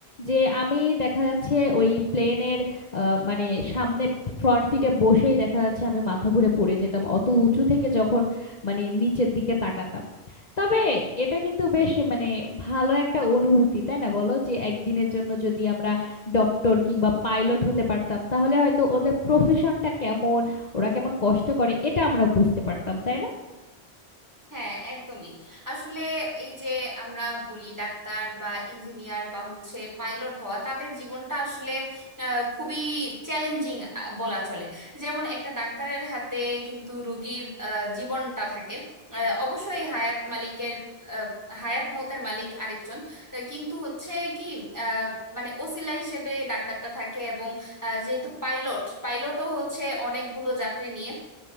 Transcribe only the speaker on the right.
হ্যাঁ একদমই আসলে এই যে আমরা বলি ডাক্তার বা ইঞ্জিনিয়ার বা হচ্ছে পাইলট হওয়া তাদের জীবনটা আসলে আহ, খুবই চ্যালেঞ্জিং বলা চলে যেমন একটা ডাক্তারের হাতে কিন্তু রোগীর আহ, জীবনটা থাকে আহ, অবশ্যই হায়াত মালিকের আহ, হায়াত মৌতের মালিক আরেকজন আহ, কিন্তু হচ্ছে কি আহ, মানে ওসিলা হিসেবে ডাক্তারটা থাকে এবং আহ, যেহেতু পাইলট পাইলটও হচ্ছে অনেকগুলো যাত্রী নিয়ে